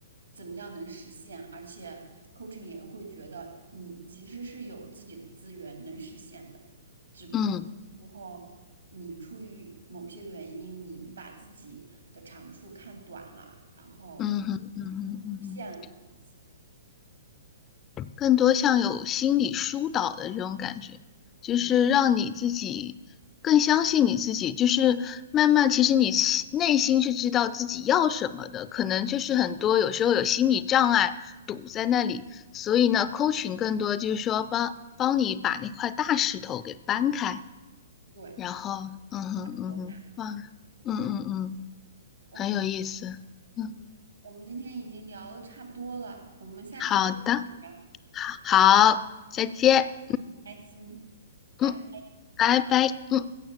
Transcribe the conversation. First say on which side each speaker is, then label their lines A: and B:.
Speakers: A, on the right; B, on the left.
A: 怎么样能实现，而且 coaching 也会觉得你其实是有自己的资源能实现的，只不过有时候你出于某些原因，
B: 嗯
A: 你把自己的长处看短了，然后
B: 嗯哼嗯哼嗯哼嗯哼。
A: 骗了你自己，
B: 更多像有心理疏导的这种感觉，就是让你自己更相信你自己，
A: 嗯，
B: 就是慢慢其实你心内心是知道自己要什么的，可能就是很多有时候有心理障碍堵在那里，所以呢扣群更多就是说帮帮你把那块大石头给搬开，
A: 对，
B: 然后嗯哼嗯哼，
A: 多吧。
B: 哇，嗯嗯嗯，
A: 嗯，我们
B: 很有意思，嗯，
A: 嗯，我们今天已经聊的差不多了，我们下次再接着聊。
B: 好的，好，好再见，
A: 嗯，很开心，拜拜。
B: 嗯，拜拜，嗯。